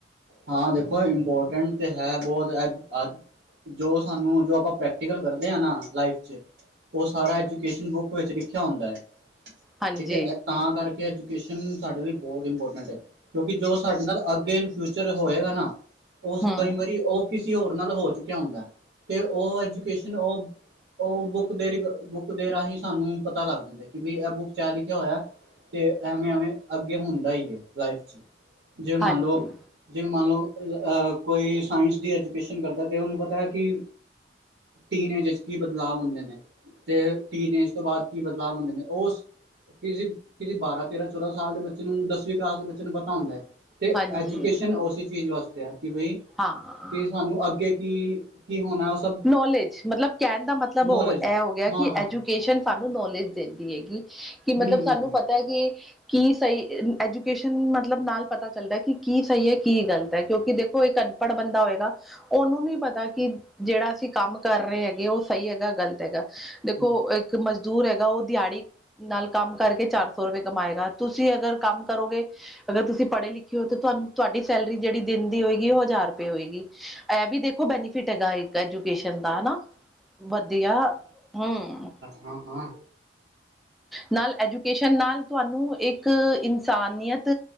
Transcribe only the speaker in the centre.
ਹਾਂਜੀ
ਹੂੰ
ਹਾਂਜੀ
ਹਾਂਜੀ
ਹਾਂ
ਨੌਲੇਜ ਮਤਲਬ ਕਹਿਣ ਦਾ ਮਤਲਬ
ਉਹ ਇਹ ਹੋ ਗਿਆ
ਕਿ
ਐਜੂਕੇਸ਼ਨ।
ਸਾਨੂੰ ਨੌਲੇਜ ਦਿੰਦੀ ਹੈਗੀ। ਕਿ ਮਤਲਬ
ਸਾਨੂੰ
ਪਤਾ ਕਿ ਕੀ ਸਹੀ ਐਜੂਕੇਸ਼ਨ ਮਤਲਬ ਨਾਲ ਪਤਾ ਚੱਲਦਾ ਕਿ ਕੀ ਸਹੀ ਹੈ। ਕੀ ਗਲਤ ਹੈ, ਕਿਉਂਕਿ ਕਿ ਦੇਖੋ ਇੱਕ ਅਨਪੜ ਬੰਦਾ ਹੋਏਗਾ। ਉਹਨੂੰ ਨੀ ਪਤਾ ਕਿ ਜਿਹੜਾ ਅਸੀਂ ਕੰਮ ਕਰ ਰਹੇ ਹੈਗੇ। ਉਹ ਸਹੀ ਹੈਗਾ, ਗ਼ਲਤ ਹੈਗਾ ਦੇਖੋ।
ਇੱਕ ਮਜ਼ਦੂਰ ਹੈਗਾ, ਉਹ ਦਿਹਾੜੀ ਨਾਲ ਕੰਮ ਕਰਕੇ ਚਾਰ ਸੌ ਰੁਪਏ ਕਮਾਏਗਾ। ਤੁਸੀਂ ਅਗਰ ਕੰਮ ਕਰੋਗੇ ਅਗਰ ਤੁਸੀਂ ਪੜੇ- ਲਿਖੇ ਹੋ ਤਾਂ, ਤੁਹਾਨੂੰ ਤੁਹਾਡੀ ਸੈਲਰੀ ਜਿਹੜੀ ਦਿਨ, ਦੀ ਹੋਏਗੀ ਉਹ ਹਜ਼ਾਰ ਰੁਪਏ ਹੋਏਗੀ। ਇਹ ਵੀ ਦੇਖੋ ਬੈਨੀਫਿਟ ਹੈਗਾ, ਇੱਕ ਐਜੂਕੇਸ਼ਨ ਦਾ ਹਨਾ। ਵਧੀਆ ਹੂੰ।
ਨਾਲ ਐਜੂਕੇਸ਼ਨ ਨਾਲ ਤੁਹਾਨੂੰ, ਇੱਕ ਇਨਸਾਨੀਅਤ